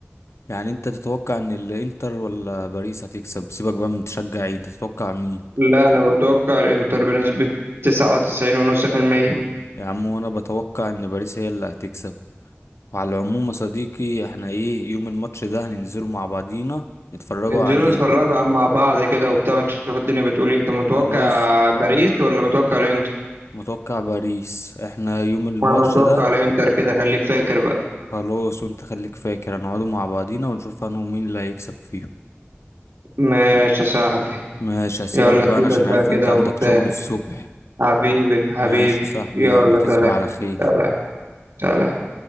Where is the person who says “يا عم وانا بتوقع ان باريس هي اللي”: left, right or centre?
Left